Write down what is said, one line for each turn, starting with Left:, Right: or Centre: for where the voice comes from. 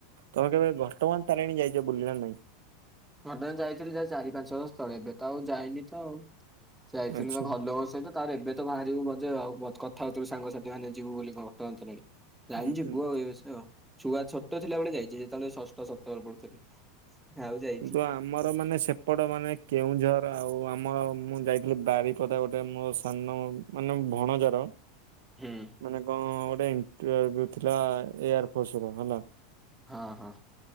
Right: ତମେ କେବେ ବର୍ତମାନ ତାରିଣୀ ଯାଇଛ ବୁଲିବା ନାଇଁ।
Centre: ଘଟାଗାଁ ଯାଇଥିଲି ଯାହା ଚାରି ପାଞ୍ଚ ବର୍ଷ ସ୍ଥଳେ ଏବେ ତ ଆଉ ଯାଇନି ତ ଆଉ ଯାଇଥିଲି
Right: ଆଚ୍ଛା
Centre: ତ ଭଲ ହ ସହିତ ତାରଣି ଏବେ ତ ବାହାରିବୁ ବଜେ ଆଉ କଥା ହଉଥିଲୁ ସାଙ୍ଗ ସାଥିମାନେ ଯିବୁ ବୋଲି ଘଟଗାଁ ତାରିଣୀ। ଜାଣିଛି
Right: ହୁଁ ହୁଁ
Centre: ପୁଅ ଏ ସ ଛୋଟ ଥିଲାବେଳେ ଯାଇଛି ଯେତେବେଳେ ଷଷ୍ଠ ସପ୍ତ ତୋର ପଡୁଥିଲି ଆଉ ଯାଇନି।
Right: ତ ଆମର ମାନେ ସେପଟ ମାନେ କେଉଁଝର ଆଉ। ଆଉ ଆମର ମୁଁ ଯାଇଥିଲି ବାରିପଦା ଗୋଟେ ମୋ ସାନ ମାନେ ଭଣଜାର।
Centre: ହୁଁ
Right: ମାନେ କଣ ଗୋଟେ ଇଣ୍ଟରଭ୍ୟୁ ଥିଲା ଏୟାର ଫୋର୍ସ ର ହେଲା।
Centre: ହଁ ହଁ